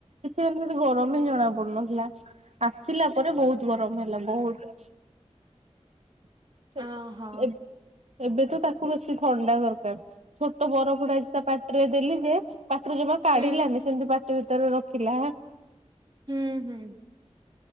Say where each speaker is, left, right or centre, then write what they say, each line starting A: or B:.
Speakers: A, on the right; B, on the right.
A: କିଛି ମାନେ ଗରମ ହିଁ ଜଣା ପଡୁନଥିଲା। ଆସିଲା ପରେ ବହୁତ ଗରମ ହେଲା। ବହୁତ। <unintelligible>
B: ଅହ ହଁ
A: ଏ ଏବେ ତ ତାକୁ ବେଶୀ ଥଣ୍ଡା ଦରକାର। ଛୋଟ ବରଗୁଡ଼ା ଆଜି ତା ପାଟିରେ ଦେଲି ଯେ ପାଟିରୁ ଜମା କାଢ଼ିଲାନି
B: ହୁଁ।
A: ସେମିତି ପାଟି ଭିତରେ ରଖିଲାହାଆ।
B: ହୁଁ ହୁଁ।